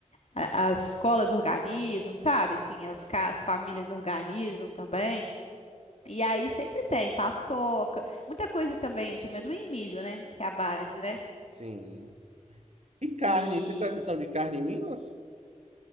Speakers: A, on the left; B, on the right.
A: A- As escolas organizam, sabe? Assim, as, ca- as famílias organizam também. E aí sempre tem paçoca, muita coisa também de amendoim e milho, né? Que é a base, né?
B: Sim. E carne,
A: E
B: tem tradição de carne em Minas?